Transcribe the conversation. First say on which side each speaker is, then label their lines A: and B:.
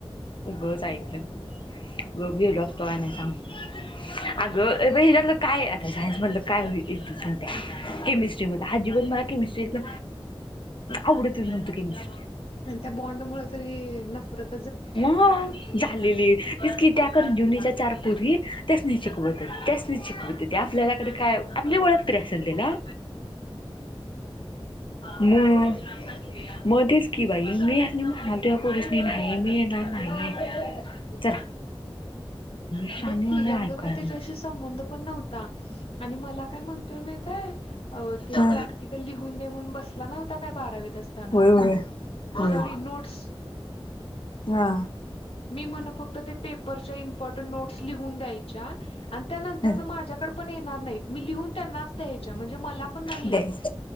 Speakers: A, on the left; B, on the left.
A: उगच ऐकलं गप घेलो असतो. का आणि सांग. अगं हेच्यातल काय. आता सायन्स मधलं काय होईल. सांगते केमिस्ट्री आजीबात मला केमिस्ट्रीतल. आवडतच नव्हत केमिस्ट्री
B: आणि त्या बॉन्ड मुळ तरी नफरत.
A: व झालेली तेच कि. त्या करंजीवनीच्या चार पूरी. त्यासनी शिकवत होती. त्यासनी शिकवत होती. आपल्यालाकडे काय. आपली ओळख तरी असेल तिला.
B: ह <unintelligible>
A: मग. मग तेच की बाई मी आणि म्हणालोय त्या पोरीसनी नाही मी येणार नाही. चला. शानी
B: बघकी
A: नाही
B: एवढं
A: ऐकाय
B: काय त्याच्याशी संबंध पण नव्हता. आणि मला काय म्हणतोय माहिती आहे. ते
A: हा
B: प्रॅक्टिकल लिहून दे म्हणून बस. ला नव्हता का बारावीत असताना
A: होय होय होय
B: सॉरी नोट्स.
A: हा
B: मी म्हण फक्त ते पेपरच्या इम्पॉर्टं नोट्स लिहून द्यायच्या. आणि त्यानंतर
A: ह
B: माझ्याकडे पण येणार नाहीत. मी लिहून त्यांनाच द्यायच्या म्हणजे मला पण नाही.
A: द्यायच